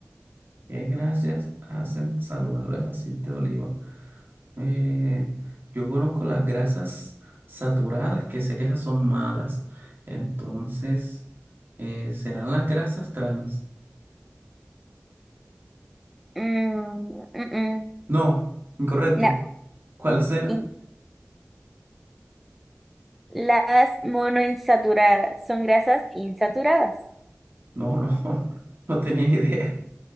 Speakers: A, on the right; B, in the centre.
A: ¿Qué gracias hacen saludable el aceite de oliva? Eh, yo conozco las grasas saturadas, que sé que esas son malas. Entonces, eh, ¿serán las grasas trans?
B: Mm, mm, mm,
A: No, incorrecto.
B: no.
A: ¿Cuáles eran?
B: In- Las monoinsaturadas son grasas insaturadas.
A: No, no, <laughs> no tenía idea.